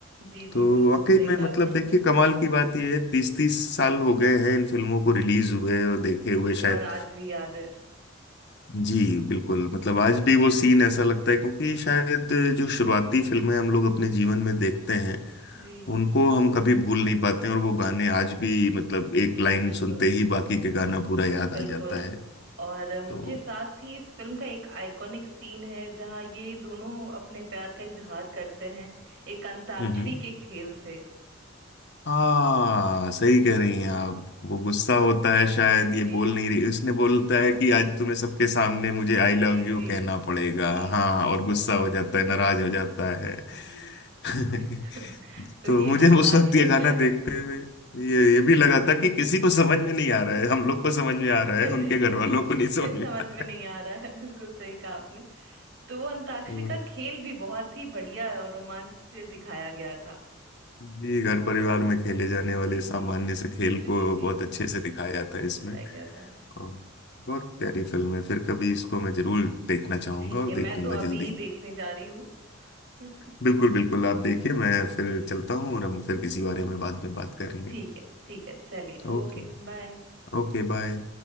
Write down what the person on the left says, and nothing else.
तो
वाकई
में मतलब
देखिए कमाल की बात यह है तीस तीस साल हो गए हैं इन फिल्मों को रिलीज हुए और देखे हुए शायद
जी बिल्कुल मतलब आज भी वो सीन ऐसा लगता है क्योंकि शायद जो शुरुआती फिल्में हम लोग अपने जीवन में देखते हैं
उनको हम कभी भूल नहीं पाते हैं और वो गाने आज भी मतलब एक
लाइन
सुनते ही बाकी के गाना पूरा याद
आ जाता है
तो
हम्म
हाँ सही कह रही हैं आप वो गुस्सा होता है शायद
ये बोल नहीं
रही उसने बोलता है कि आज तुम्हें सबके सामने मुझे
आई लव यू
कहना पड़ेगा
हाँ
और गुस्सा हो जाता है नाराज हो जाता है
<laughs>
तो
मुझे
उस वक्त ये गाना
देखते
हुए ये ये भी लगा था कि किसी को समझ में नहीं आ रहा है हम लोग को समझ में आ रहा है
उनके घर वालों
को नहीं समझ में
आ रहा
है
तो
जी घर परिवार में खेले जाने वाले
सामान्य
से खेल
को
बहुत अच्छे से दिखाया था इसमें
हाँ, बहुत प्यारी फिल्म है फिर कभी इसको मैं जरूर देखना चाहूंगा
और
देखूंगा
जल्दी
बिल्कुल बिल्कुल आप देखिए मैं फिर
चलता हूँ और हम फिर किसी बारे में बाद में बात करेंगे
ओके
Okay bye